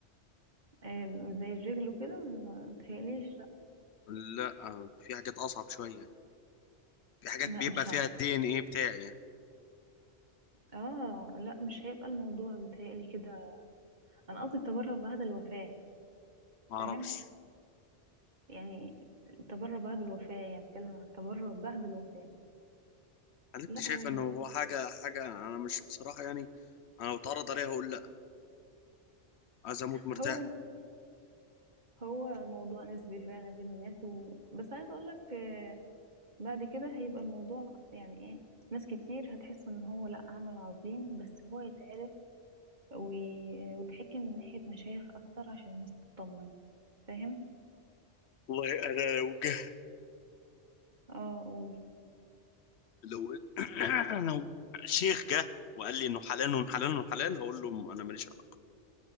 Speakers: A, on the right; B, on the left.
A: آم، زي الرجل وكده ما متهيأليش لا
B: لا في حاجات اصعب شوية في حاجات
A: لا
B: بيبقى
A: مش
B: فيها
A: عارفه
B: الدي ان ايه بتاعي يعني
A: اه لا مش هيبقى الموضوع بتهيألي كده انا قصدي التبرع بعد الوفاه
B: ما
A: فاهم
B: اعرفش
A: يعني التبرع بعد الوفاه يعني بتكلم عن التبرع بعد الوفاه
B: هل انت
A: لا
B: شايف
A: هو الموضوع
B: انه هو حاجة حاجة انا مش بصراحة يعني انا لو اتعرض عليها هقول لا عايز اموت مرتاح
A: هو هو موضوع نسبي فعلا بين الناس و... بس عايز اقول لك آه، بعد كده هيبقى الموضوع يعني ايه ناس كتير هتحس ان هو لا عمل عظيم بس هو يتعرف و- وتحكي من ناحية مشايخ أكتر عشان الناس تطمن فاهم؟
B: والله انا لو جه
A: اه قول
B: لو <clears throat> لو شيخ جه وقال لي انه حلال وحلال وحلال هقول له انا ماليش علاقه